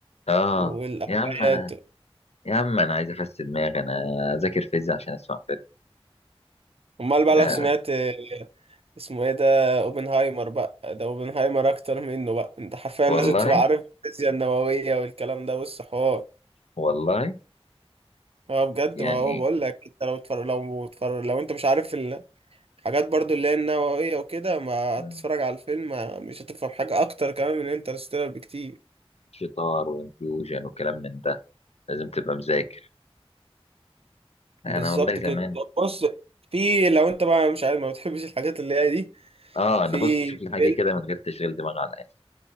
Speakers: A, on the left; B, on the right.
A: اه
B: والأبعاد
A: يا عم انا يا عم انا عايز افسد دماغي انا اذاكر فيزياء عشان اسمع فيلم
B: أمال
A: لا
B: بقى لو سمعت
A: لا
B: آه، اسمه ايه ده اوبنهايمر بقى ده اوبنهايمر أكتر منه بقى أنت حرفيا
A: والله
B: لازم تبقى عارف الفيزياء النووية والكلام ده بص حوار
A: والله
B: هو بجد
A: يعني
B: ما هو بقول لك أنت لو تفر لو تفر لو أنت مش عارف الحاجات برضو اللي هي النووية وكده ما
A: مم،
B: هتتفرج على الفيلم ما- مش هتفهم حاجة أكتر كمان من انترستيلر بكتير
A: شطار وانفيوجن وكلام من ده لازم تبقى مذاكر انا
B: بالظبط
A: والله زمان
B: كده طب بص في لو انت بقى مش عارف ما بتحبش الحاجات اللي هي دي
A: اه
B: في
A: انا
B: ايه؟
A: بص شوف لي حاجه
B: فيلم
A: كده من غير تشغيل دماغ على الاخر